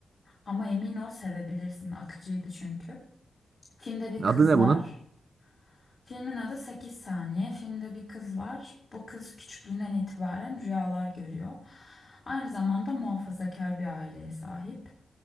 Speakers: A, on the left; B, on the right.
A: Ama emin ol sevebilirsin. Akıcıydı çünkü. Filmde bir
B: Adı
A: kız
B: ne
A: var.
B: bunun?
A: Filmin adı Sekiz saniye. Filmde bir kız var. Bu kız küçüklüğünden itibaren rüyalar görüyor. Aynı zamanda muhafazakar bir aileye sahip.